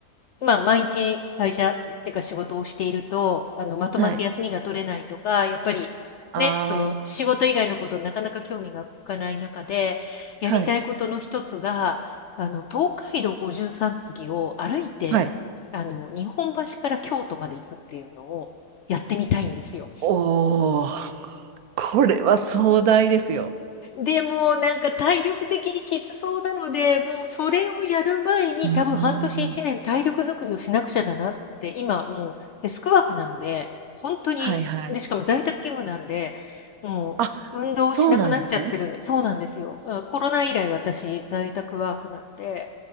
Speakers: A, on the left; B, on the right.
A: まあ、毎日会社っていうか仕事をしていると、あの、まとまって休みが取れないとか、
B: はい。
A: やっぱり、
B: ああ、
A: ね、その仕事以外のことなかなか興味が向かない中で、やりたいことの一つが、
B: はい。
A: あの、東海道五十三次を歩いて、
B: はい。
A: あの、日本橋から京都まで行くっていうのをやってみたいんですよ。
B: おお、これは壮大ですよ。
A: でも、なんか体力的にきつそうなので、もうそれをやる前に、
B: うん。
A: 多分半年1年体力作りをしなくちゃだなって、
B: うん
A: 今もうデスクワークなので、ほんとに、
B: はいはい。
A: で、しかも在宅勤務なんで、もう運動しなくなっちゃってるんでそうなんですよ。
B: あ、そうなんですね。
A: うんコロナ以来私在宅ワークなんで、